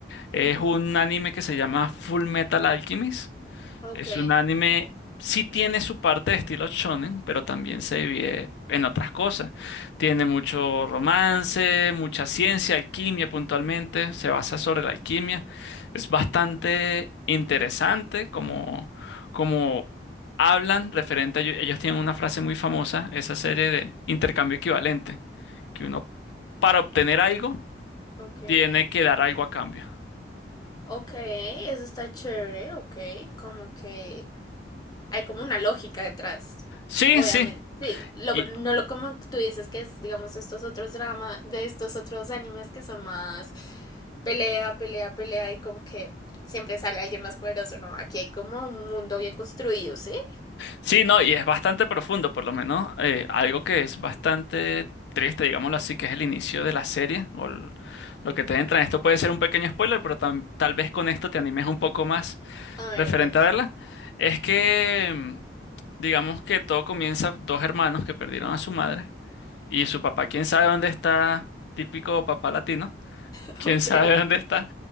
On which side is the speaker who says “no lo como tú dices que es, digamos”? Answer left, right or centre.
Left